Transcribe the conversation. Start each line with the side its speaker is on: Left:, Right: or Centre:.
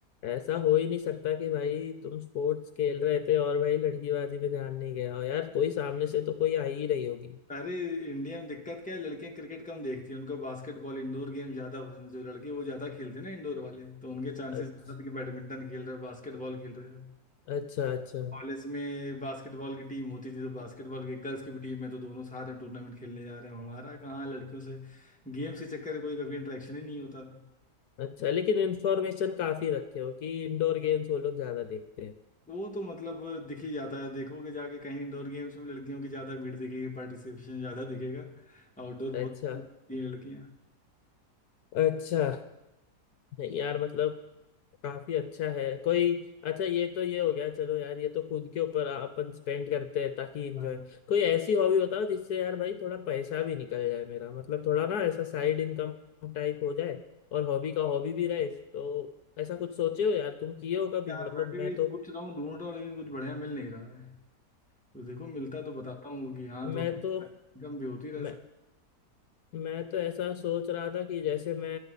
Left: ऐसा हो ही नहीं सकता कि भाई तुम स्पोर्ट्स खेल रहे थे और भाई लड़की बाजी में ध्यान नहीं गया हो यार कोई सामने से तो कोई आ ही रही होगी
Centre: अरे इंडिया में दिक्कत क्या है लड़कियां क्रिकेट कम देखती हैं उनको बास्केटबॉल इंडोर गेम ज्यादा पसंद जो लड़के वो ज्यादा खेलते हैं ना इंडोर वाले तो उनके चांसेस
Left: अच्छा
Centre: ज्यादा थे कि बैडमिंटन खेल रहे हो बास्केटबॉल खेल रहे हो
Left: अच्छा अच्छा
Centre: कॉलेज में बास्केटबॉल की टीम होती थी तो बास्केटबॉल की गर्ल्स की भी टीम है तो दोनों साथ में टूर्नामेंट खेलने जा रहे हैं हमारा कहाँ लड़कियों से गेम्स के चक्कर में कोई कभी इंटरेक्शन ही नहीं होता था
Left: अच्छा लेकिन इन्फॉर्मेशन काफी रखे हो कि इंडोर गेम्स वो लोग ज्यादा देखते हैं
Centre: वो तो मतलब दिख ही जाता है देखोगे जाके कहीं इंडोर गेम्स में लड़कियों की ज्यादा भीड़ दिखेगी पार्टिसिपेशन ज्यादा दिखेगा आउटडोर
Left: अच्छा
Centre: बहुत ये लड़कियां
Left: अच्छा नहीं यार मतलब काफी अच्छा है कोई अच्छा ये तो ये हो गया चलो यार ये तो खुद के ऊपर अपन स्पेंड करते हैं ताकि एंजॉय
Centre: हाँ
Left: कोई ऐसी हॉबी बताओ जिससे यार भाई थोड़ा पैसा भी निकल जाए मेरा मतलब थोड़ा ना ऐसा साइड इनकम टाइप हो जाए और हॉबी का हॉबी भी रहे तो ऐसा कुछ सोचे हो यार तुम किए हो कभी
Centre: यार
Left: मतलब
Centre: मैं भी
Left: मैं
Centre: वही
Left: तो
Centre: सोच रहा हूँ ढूंढ रहा हूँ लेकिन कुछ बढ़िया मिल नहीं रहा है तो देखो मिलता तो बताता हूँ कि हाँ थोड़ा
Left: मैं तो
Centre: इनकम भी होती रह
Left: मैं
Centre: सकती
Left: मैं तो ऐसा सोच रहा था कि जैसे मैं